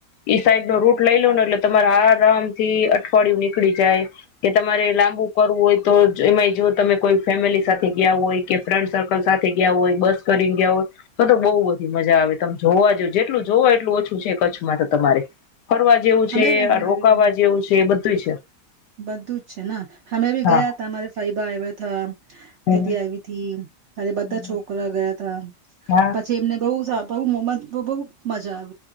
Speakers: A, on the left; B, on the right.
A: ઈ સાઈડ નો રૂટ લઈ લો ને એટલે તમારે આરામથી અઠવાડિયુ નીકળી જાય કે તમારે લાંબુ કરવું હોય તો જ, એમાંય જો તમે કોઈ ફેમિલી સાથે ગયા હોય, કે ફ્રેન્ડ સર્કલ સાથે ગયા હોય, બસ કરીન ગયા હોય, તો-તો બહુ બધી મજા આવે તમે જોવા જો, જેટલું જોવો એટલું ઓછું છે કચ્છમાં તો તમારે. ફરવા જેવું છે,
B: અમે બી
A: આ રોકાવા જેવું છે, બધ ધુઈ છે.
B: બધું જ છે, ના, હમે બી
A: હા
B: ગયા તા અમારે ફઈબા આવ્યા તા,
A: હમ
B: દીદી આયવી તી ત્યારે
A: હમ,
B: બધા છોકરા ગયા તા.
A: હા
B: પછી એમને બઉુ સા બહુ મોમજ બહુ મજા આવે.